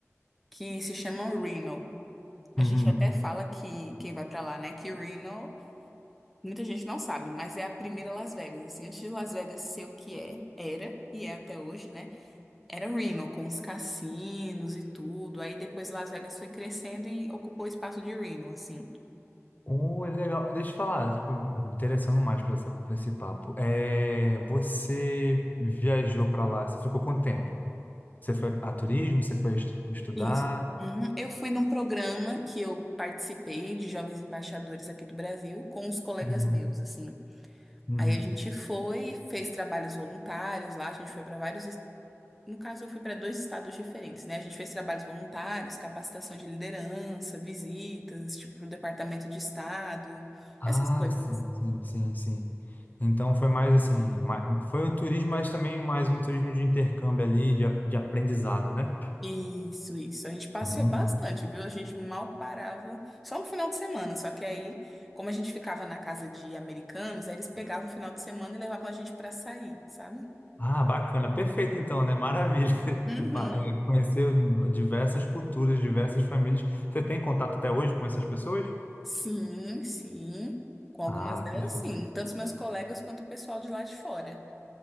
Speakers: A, in the centre; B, on the left (about 35°).
A: que se chama Reno. A
B: Uhum.
A: gente até fala que quem vai pra lá, né, que Reno Muita gente não sabe, mas é a primeira Las Vegas, assim, antes de Las Vegas ser o que é, era, e é até hoje, né? Era Reno, com os cassinos e tudo. Aí depois Las Vegas foi crescendo e ocupou o espaço de Reno, assim.
B: Oh, é legal. Deixa eu falar, tipo, me interessando mais para essa, pra esse papo. É, você viajou para lá, você ficou quanto tempo? Você foi a turismo, você foi estu- estudar?
A: Isso. Uhum. Eu fui num programa que eu participei de jovens embaixadores aqui do Brasil com os colegas
B: Uhum,
A: meus, assim.
B: uhum.
A: Aí a gente foi, fez trabalhos voluntários lá, a gente foi para vários No caso, eu fui para dois estados diferentes, né? A gente fez trabalhos voluntários, capacitação de liderança, visitas, tipo, pro departamento de estado,
B: Ah,
A: essas coisas.
B: sim, sim, sim, sim. Então foi mais assim, mais, foi um turismo, mas também mais um turismo de intercâmbio ali, de, a- de aprendizado, né?
A: Isso, isso. A gente passeou
B: Hum.
A: bastante, viu? A gente mal parava, só no final de semana. Só que aí, como a gente ficava na casa de americanos, aí eles pegavam o final de semana e levavam a gente para sair, sabe?
B: Ah, bacana, perfeito então, né? Maravilha. <laughs>
A: Uhum.
B: Ba- é, Conheceu diversas culturas, diversas famílias. Você tem contato até hoje com essas pessoas?
A: Sim, sim. Com algumas
B: Ah,
A: delas,
B: perfeito.
A: sim. Tanto os meus colegas quanto o pessoal de lá de fora.